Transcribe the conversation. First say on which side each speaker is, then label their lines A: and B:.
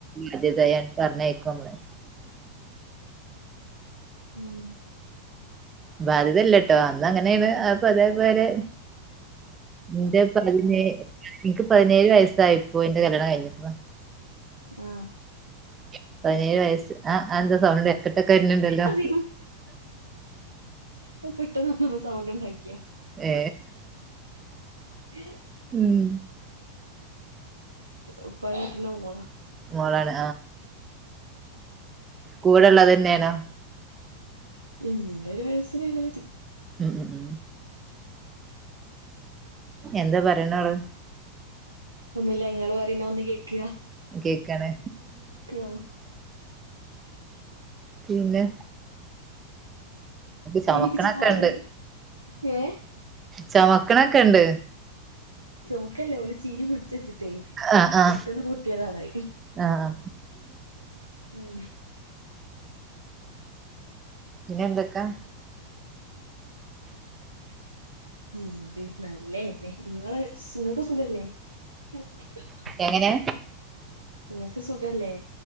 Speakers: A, on the right; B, on the right.
A: അതതൻ പറഞ്ഞയിക്കോ നളെ
B: ഉം
A: ബാധ്യതല്ലട്ടോ അന്ന് അങ്ങനെയാണ് അപ്പൊ അതേ പോരെ എന്റെ പതിനേഴപ്പെനിനിക്ക്
B: ആ
A: പതിനേഴ് വയസ്സായിപ്പോ എന്റെ കല്യാണം കഴിഞ്ഞിട്ട
B: ആഹ്
A: <inaudible> പതിനേഴ് വയസ്സ് ആഹ് എന്താ സൗണ്ട് എക്കട്ടൊക്കെ വര്ന്നണ്ടല്ലോ
B: അത് അ പെട്ടെന്ന്ന്നപ്പോ സൗണ്ട് ഉണ്ടാക്കിയാ
A: ഏ
B: ഉ
A: ഉം
B: ഉപ്പാന്റെട്ടന്റെ മോള
A: മോളാണ് കൂടെള്ളത് തന്നെണോ
B: ഇന്റെ ഒരു വയസ്സിനെളെത്
A: ഉം ഉം ഉം എന്താ പറിണോള്
B: ഒന്നല്ല ങ്ങള് പറയുന്ന ഒന്ന് കേക്കുക
A: കേക്കാണ്
B: ആ
A: പിന്നെ ചമക്കണൊക്കെ
B: എണീച്ച് പോ അവിടുന്ന്
A: ഉണ്ട്
B: ഏ
A: ചവക്കണൊക്കെ ഉണ്ട്
B: ചുമക്കല്ലേ ഓള് ചീരി പിടിച്ചച്ച്
A: ആ ആ
B: പെട്ടെന്ന് പൊട്ടിയതാണ്
A: ആ ആ.
B: ഉം
A: ഇന്നെന്തൊക്കാ
B: എന്ത് നല്ലന്നെ നിങ്ങളെ നിങ്ങൾക്ക് സുഖല്ലേ <unintelligible>
A: എങ്ങനെ
B: ഇങ്ങക്ക് സുഖല്ലേ